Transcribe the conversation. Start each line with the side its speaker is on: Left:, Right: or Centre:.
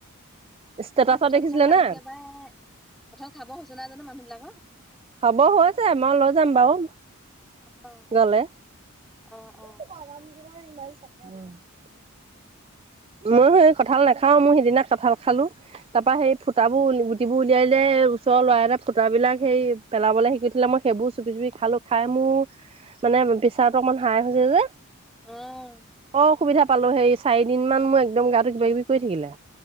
Right: ষ্টেটাচত
Centre: এইবাৰ কঁঠাল
Right: দেখিছিলে
Centre: চঠাল নাই
Right: নে?
Centre: কিয় বা, কঁঠাল খাব হৈছে নাই জানো মানুহ বিলাকৰ।
Right: খাব হৈছে মই লৈ যাম বাৰু,
Centre: অ',
Right: গ'লে।
Centre: অ', অ',
Right: <unintelligible> মইও সেই কঁঠাল নাখাওঁ, মই সিদিনা কঁঠাল খালোঁ। তাৰপৰা সেই ফুটাবোৰ গুটিবোৰ উলিয়াই দিলে ওচৰৰ ল'ৰা এটা ফুটাবিলাক সেই পেলাবলৈ শিকি থলে মই সেইবোৰ চুপি চুপি খালোঁ খাই মোৰ মানে মোৰ পেচাৰটো অকমান হাই হৈছে যে।
Centre: অ'।
Right: খুব অসুবিধা পালোঁ, সেই চাৰিদিন মান মোৰ গাটো কিবা কিবি কৰি থাকিলে।